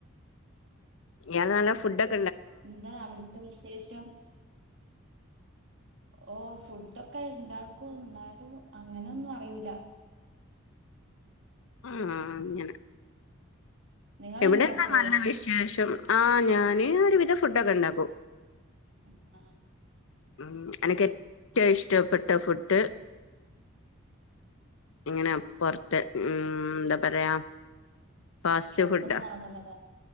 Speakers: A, on the left; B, on the right.
A: ഞാൻ നല്ല ഫുഡക്കെ
B: എന്താ അവിടുത്തെ വിശേഷം ഓ ഫുഡൊക്കെ ഇണ്ടാക്കും എന്നാലും അങ്ങനെന്നും അറിയുല
A: ആ ഹ അങ്ങനെ
B: നിങ്ങൾ
A: ഇവിടെന്താ
B: ഉണ്ടാക്കോ
A: നല്ല വിശേഷം ആഞാന് ഒരുവിധ ഫുഡൊക്കെ ഇണ്ടാക്കും
B: അ ഹ ഹ
A: ഉം എനക്ക് ഏറ്റവും ഇഷ്ടപ്പെട്ട ഫുഡ് ഇങ്ങനെ പുറത്ത് ഉം എന്താ പറയാ ഫാസ്റ്റ്
B: ഷോപ്പിന്ന്
A: ഫുഡാ
B: വങ്ന്നതാ